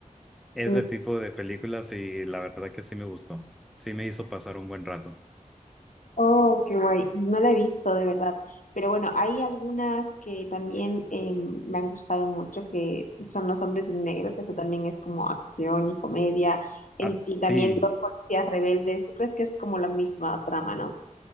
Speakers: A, in the centre; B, on the left (about 65°).
A: Ese
B: Mm,
A: tipo de películas y la verdad que sí me gustó. Sí me hizo pasar un buen rato.
B: Oh, qué guay. No la he visto, de verdad. Pero bueno, hay algunas que también eh, me han gustado mucho, que son Los Hombres en Negro, que eso también es como acción y comedia, en-
A: Ah, sí,
B: y también Dos Policías Rebeldes. ¿Tú crees que es como la misma trama, no?